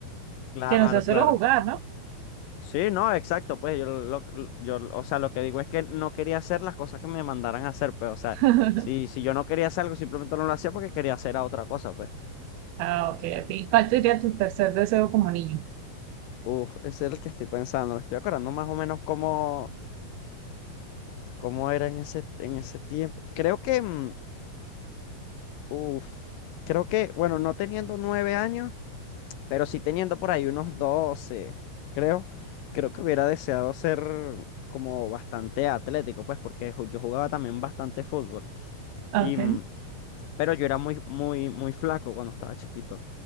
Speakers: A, on the left (about 75°); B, on the right (about 80°).
A: claro,
B: Que no sea solo
A: claro.
B: jugar, ¿no?
A: Sí, no, exacto, pues yo, lo, lo- yo, o sea, lo que digo es que no quería hacer las cosas que me mandaran a hacer, pues, o sea,
B: <laughs>
A: si, si yo no quería hacer algo, simplemente no lo hacía porque quería hacer a otra cosa, pues.
B: Ah, ok, ok. ¿Cuál sería tu tercer deseo como niño?
A: Uf, ese es el que estoy pensando, me estoy acordando más o menos cómo, cómo era en ese, en ese tiempo. Creo que, mm, uf, creo que, bueno, no teniendo nueve años. Pero sí teniendo por ahí unos 12 creo, creo que hubiera deseado ser como bastante atlético, pues, porque ju- yo jugaba también bastante fútbol.
B: Ok.
A: Y, mm, pero yo era muy, muy, muy flaco cuando estaba chiquito.